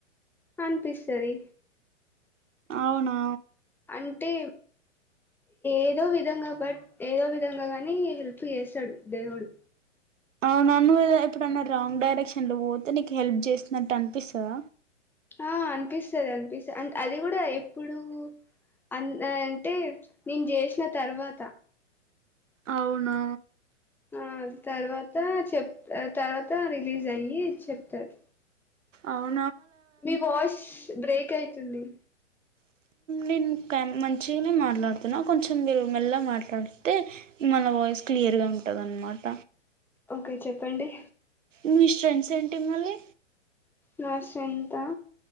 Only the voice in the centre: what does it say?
అనిపిస్తాది
అంటే ఏదో విధంగా బట్ ఏదో విధంగా గానీ హెల్ప్ చేస్తాడు దేవుడు
ఆ అనిపిస్తాది అనిపిస్తా అంటే అది కూడా ఎప్పుడు అ అంటే నేను చేసిన తర్వాత
ఆ తర్వాత చెప్ తర్వాత రిలీజ్ అయ్యి చెప్తారు
మీ వాష్ బ్రేక్ తుంది
ఓకే చెప్పండి
నా స్త్రెంగ్త్ ఆ